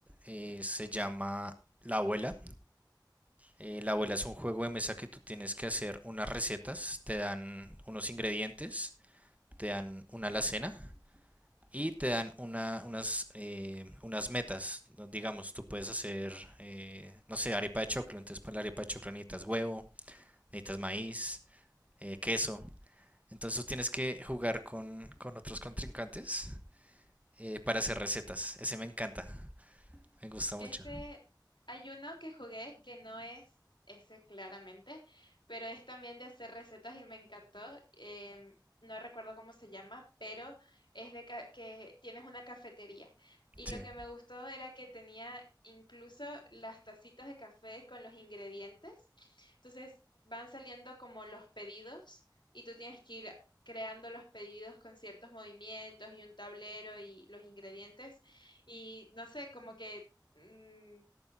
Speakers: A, on the right; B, on the left.
A: eh, se llama La Abuela. Eh, La Abuela es un juego de mesa que tú tienes que hacer unas recetas, te dan unos ingredientes, te dan una alacena y te dan una- unas, eh, unas metas. ¿no? Digamos, tú puedes hacer, eh, no sé, arepa de choclo, entonces para la arepa de choclo necesitas huevo, necesitas maíz, eh, queso. Entonces tú tienes que jugar con, con otros contrincantes eh, para hacer recetas. Ese me encanta, me gusta
B: Ese,
A: mucho.
B: hay uno que jugué que no es ese claramente, pero es también de hacer recetas y me encantó. Em, no recuerdo cómo se llama, pero es de ca- que tienes una cafetería. Y
A: Sí.
B: lo que me gustó era que tenía incluso las tacitas de café con los ingredientes. Entonces van saliendo como los pedidos y tú tienes que ir creando los pedidos con ciertos movimientos y un tablero y los ingredientes. Y no sé, como que mm,